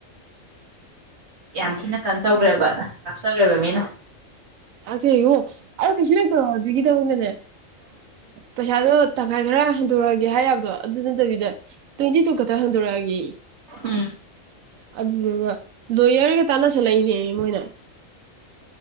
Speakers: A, on the right (about 55°); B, on the right (about 80°).
A: ꯌꯥꯝ ꯊꯤꯅ ꯀꯩꯅꯣ ꯇꯧꯈ꯭ꯔꯦꯕ ꯂꯥꯛꯆꯈ꯭ꯔꯦꯕ ꯃꯤꯅ
B: ꯥꯛꯆꯦꯉꯣ ꯑꯗ ꯀꯩꯁꯨ ꯂꯩꯇꯣ ꯑꯗꯨꯒꯤꯗꯗꯅꯦ ꯄꯩꯁꯥꯗꯣ ꯇꯪꯈꯥꯏ ꯈꯔ ꯍꯟꯗꯣꯔꯛꯑꯒꯦ ꯍꯥꯏꯕꯗꯣ ꯑꯗꯨ ꯅꯠꯇꯕꯤꯗ ꯇ꯭ꯋꯦꯟꯇꯤ ꯇꯨ ꯈꯛꯇꯪ ꯍꯟꯗꯣꯔꯛꯑꯒꯦ
A: ꯎꯝ
B: ꯑꯗꯨꯗꯨꯒ ꯂꯣꯌꯔꯒ ꯇꯥꯟꯅꯁꯜꯂꯛꯏꯅꯦ ꯃꯣꯏꯅ